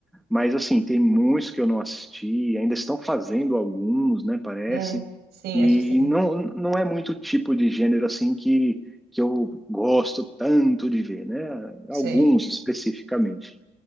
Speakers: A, in the centre; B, on the right.
A: mas, assim, tem muitos que eu não assisti. Ainda estão fazendo alguns, né, parece.
B: é, sim,
A: E,
B: acho que sim.
A: e não, não é muito tipo de gênero, assim, que, que eu gosto tanto de ver, né?
B: Sei.
A: Alguns especificamente.